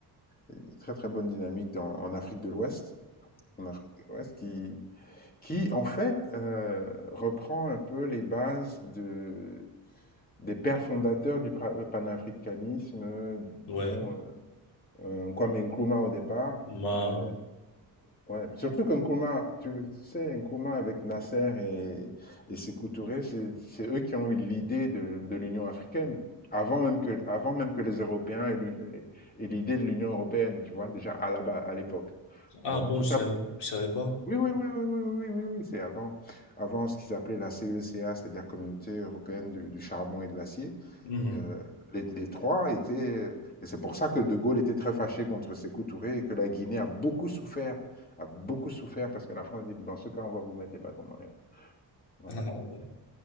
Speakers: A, on the left; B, on the left.
A: une très très bonne dynamique dans- en Afrique de l'Ouest. En Afrique de l'Ouest qui qui en fait, heu, reprend un peu les bases de des pères fondateurs du pra euh, panafricanisme, heu,
B: mhm. Ouais.
A: dont, heu, Kwame Nkrumah au départ.
B: Ma.
A: Heu, ouais, surtout que Nkrumah, tu sais, Nkrumah avec Nasser et et Sékou Touré, c'est c'est eux qui ont eu l'idée de de l'Union africaine. Avant même que avant même que les Européens aient l'u aient aient l'idée de l'Union européenne, tu vois? Déjà à la ba à l'époque.
B: Ah
A: Donc
B: bon,
A: tout
B: je
A: ça
B: savais, je savais pas.
A: Oui, oui, oui, oui, oui, oui, oui, oui, oui, c'est avant, avant ce qu'ils appelaient la CECA, c'est-à-dire Communauté européenne du, du charbon et de l'acier.
B: Mhm.
A: Euh, les, les trois étaient, et c'est pour ça que De Gaulle était très fâché contre Sékou Touré et que la Guinée a beaucoup souffert, a beaucoup souffert parce que la France dit, dans ce cas, on va vous mettre les bâtons dans les roues. Voilà.
B: <laughs> Ah ouais.